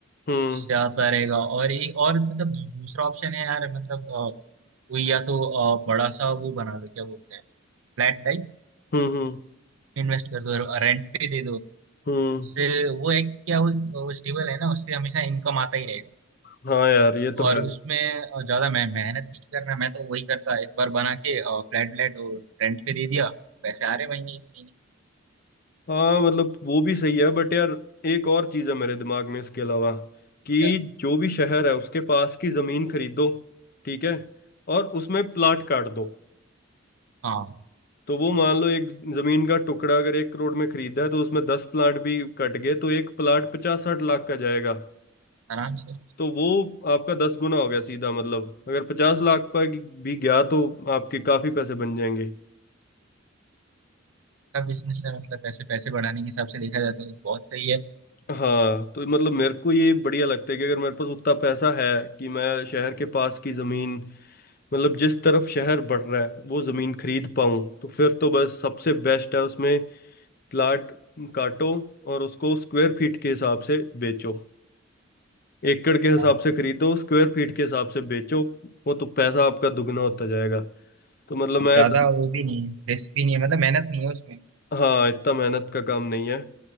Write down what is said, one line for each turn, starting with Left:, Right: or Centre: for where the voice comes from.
Left: हम्म
Right: उससे आता रहेगा और एक और मतलब दू- दूसरा ऑप्शन है यार मतलब अ, कोई या तो अ, बड़ा सा वो बना लो क्या बोलते हैं फ्लैट टाइप
Left: हम्म हम्म
Right: इन्वेस्ट कर दो रेंट पे दे दो
Left: हम्म
Right: उससे वो है कि क्या वो, वो स्टेबल है ना उससे हमेशा इनकम आता ही रहेगा
Left: हाँ यार ये तो
Right: और
Left: है
Right: उसमें अ, ज्यादा मैं मेहनत भी नहीं करना मैं तो वही करता एक बार बना के अ, फ्लैट व्लैट और रेंट पे दे दिया पैसे आ रहे महीने के महीने
Left: हाँ मतलब वो भी सही है बट यार एक और चीज़ है मेरे दिमाग में इसके अलावा कि
Right: क्या
Left: जो भी शहर है उसके पास की ज़मीन खरीदो ठीक है और उसमें प्लाट काट दो
Right: हाँ
Left: तो वो मान लो एक ज़मीन का टुकड़ा अगर एक करोड़ में खरीदा है तो उसमें दस प्लाट भी कट गए तो एक प्लाट पचास साठ लाख का जाएगा
Right: आराम से
Left: तो वो आपका दस गुना हो गया सीधा मतलब अगर पचास लाख पर भी गया तो आपके काफ़ी पैसे बन जाएंगे
Right: का बिजनेस है मतलब पैसे पैसे बढ़ाने के हिसाब से देखा जाए तो बहुत सही है
Left: हाँ तो मतलब मेरे को ये बढ़िया लगता है कि अगर मेरे पास उतना पैसा है कि मैं शहर के पास की ज़मीन मतलब जिस तरफ शहर बढ़ रहा है वो ज़मीन खरीद पाऊँ तो फिर तो बस सबसे बेस्ट है उसमें प्लाट काटो और उसको स्क्वायर फीट के हिसाब से बेचो एकड़ के हिसाब
Right: हाँ,
Left: से खरीदो स्क्वायर फीट के हिसाब से बेचो वो तो पैसा आपका दुगना होता जाएगा तो मतलब
Right: और
Left: मैं
Right: ज्यादा
Left: तो,
Right: वो भी नहीं है रिस्क भी नहीं है मतलब मेहनत नहीं है उसमें
Left: हाँ इतना मेहनत का काम नहीं है